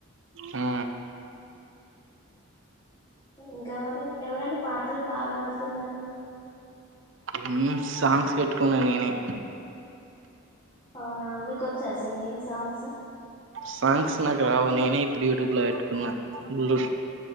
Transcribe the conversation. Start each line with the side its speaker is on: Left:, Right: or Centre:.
Right: ఆ
Left: ఇంకవరి ఎవరండి పాటలు బాగా పాడుతున్నారు.
Right: ఉమ్ సాంగ్స్ పెట్టుకున్నా నేనే
Left: అవునా మీకు వచ్చా సింగింగ్ సాంగ్స్
Right: సాంగ్స్ నాకు రావు నేనే ఇప్పుడు యూట్యూబ్లో పెట్టుకున్నా బ్లూ